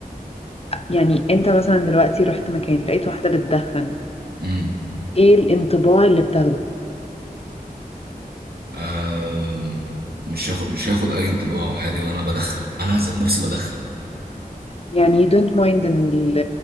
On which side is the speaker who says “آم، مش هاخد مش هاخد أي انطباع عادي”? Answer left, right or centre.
Right